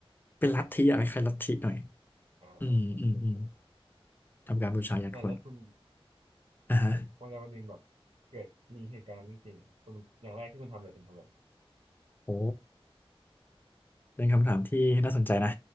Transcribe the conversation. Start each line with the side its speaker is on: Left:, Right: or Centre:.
Left: เป็นลัทธิอะไรคล้ายๆลัทธิหน่อย
Right: อ่าอ่าอ่าเฉย
Left: อืมอืมอืมทำการบูชายันคน
Right: ๆใต่แล้วคุณ
Left: อ่ะฮะ
Right: ถ้าวันใดวันหนึ่งแบบเกิดมีเหตุการณ์นั้นจริงๆอะคุณอย่างแรกที่คุณทำเลยคุณทำเลย
Left: โอ้ เป็นคำถามที่น่าสนใจนะ